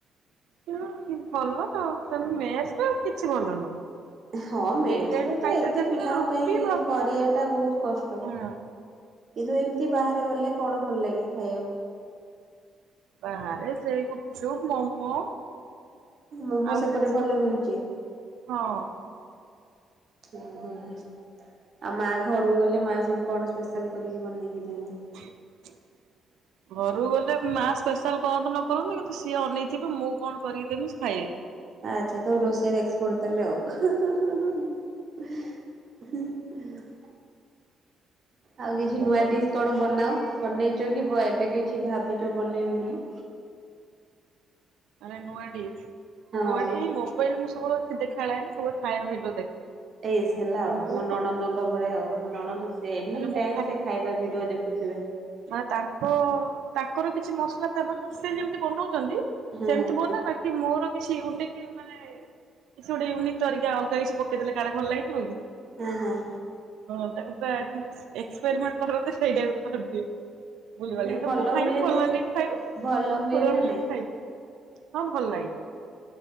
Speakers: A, on the right; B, on the right.
A: ହୁଁ, ଭଲ ତ ସେମିତି ମେସରେ ଆଉ କିଛି ଭଲ ନୁହଁ।
B: ହଁ, ମେସ୍
A: ଦି ଟାଇମ
B: ରେ ତ
A: ଖାଇତେ
B: ଏତେ
A: ଦେବେ
B: ପିଲାଙ୍କ
A: ରୁଟି
B: ପାଇଁ
A: ଭାତ
B: କରିବା ଟା ବହୁତ କଷ୍ଟ।
A: ହଁ
B: କିନ୍ତୁ ଏମିତି ବାହାରେ ଗଲେ କଣ ଭଲ ଲାଗେ ଖାଇବାକୁ?
A: ବାହାରେ ସେଇ ଗୁପଚୁପ୍, ମୋମୋ।
B: ମୋମୋ
A: ଆଉ
B: ସେପଟେ ଭଲ ମିଳୁଚି?
A: ହଁ
B: ହୁଁ, ହୁଁ, ହୁଁ। ଆଉ ମା ଘରକୁ ଗଲେ ମା ସବୁ କଣ ସ୍ପେଶାଲ କରିକି ବନେଇକି ଦିଅନ୍ତି?
A: <unintelligible> ଘରୁକୁ ଗଲେ ମା ସ୍ପେଶାଲ କରନ୍ତୁ ନ କରନ୍ତୁ କିନ୍ତୁ ସିଏ ଅନେଇଥିବେ ମୁଁ କଣ କରିକି ଦେମି ସେ ଖାଇବେ।
B: ଆଚ୍ଛା, ତମେ ରୋଷେଇରେ ଏକ୍ସପର୍ଟ ତା ହେଲେ ଆଉ। ଉଁ, ହୁଁ।
A: <inaudible>
B: ଆଉ କିଛି
A: ମୁଁ
B: ନୂଆ
A: କ
B: ଡିସ୍ କଣ ବନାଅ, ବନେଇଛ କି ଭ ଏବେ କିଛି ଭାବିଛ ବନେଇବ ବୋଲି?
A: ମାନେ ନୂଆ ଡିସ୍,
B: ହଁ।
A: <inaudible> ମୋବାଇଲ ମୁଁ ସବୁବେଳେ ଦେଖ ଖେଳାଏନା କେବଳ ଖାଇବା ଭିଡିଓ ଦେଖେ।
B: ଏଇସ୍ ହେଲା
A: ତ
B: ଆଉ
A: ମୁଁ
B: ମୋ ନଣନ୍ଦଙ୍କ
A: କ
B: ଭଳିଆ ଆଉ ମୋ ନଣନ୍ଦ ସେ ଏନି
A: ମାନେ ମୁଁ
B: ଟାଇମ୍ ସେ ଖାଇବା ଭିଡିଓ ଦେଖୁଥିବେ।
A: ନା ତାଙ୍କ ତାଙ୍କର କିଛି ମସଲା ତା ମାନ ସେ ଯେମିତି ବନଉଛନ୍ତି
B: ହଁ
A: ସେମିତି ବନାଏ ବାକି ମୋର କିଛି ଇୟୁନିକ୍ ମାନେ କିଛି ଗୋଟେ ଇୟୁନିକ୍ ତରିକା ଅଲଗା କିଛି ପକେଇ ଦେଲେ କାଳେ ଭଲ ଲାଗଯିବ କି?
B: ହୁଁ, ହୁଁ।
A: ହଁ, ତାକୁ <inaudible> ଏକ୍ସପେରିମେଣ୍ଟ କରନ୍ତି, ସେଇ ଟାଇପ୍ କରିଦିଏ। ବୁଲିବାଲି କିତ
B: ଭଲ
A: ମୁଁ ଖାଇବି
B: ହୁଏ
A: ଭଲ
B: ନା
A: ହେଲେ ବି ଖାଇବି,
B: ଭଲ ହୁଏ
A: ଖରାପ
B: ନା
A: ହେଲେ
B: ନାଇଁ?
A: ବି ଖାଇବି। ହଁ, ଭଲ ଲାଗେ।